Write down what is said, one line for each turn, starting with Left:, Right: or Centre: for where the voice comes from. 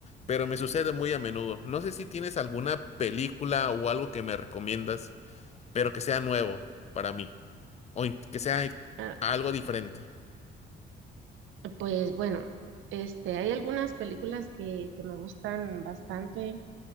Left: pero me sucede muy a menudo. No sé si tienes alguna película o algo que me recomiendas, pero que sea nuevo para mí. O in- que sea
Right: Ah,
Left: algo diferente.
Right: pues bueno, este, hay algunas películas que, que me gustan bastante,